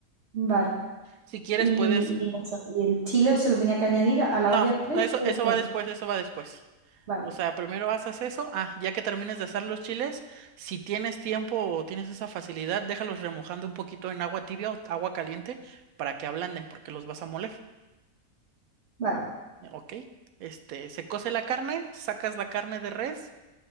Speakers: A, on the right; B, on the right.
A: vale.
B: Si quieres,
A: Y,
B: puedes...
A: y eso, y el chile se lo tenía que añadir a la
B: No,
A: olla express
B: eso,
A: o
B: eso
A: después.
B: va después, eso va después.
A: Vale,
B: O sea, primero haces eso. Ah, ya que termines de hacer los chiles, si tienes tiempo o tienes esa facilidad, déjalos remojando un poquito en agua tibia o agua caliente para que ablanden, porque los vas a moler.
A: vale,
B: Ok, este, se cose la carne, sacas la carne de res,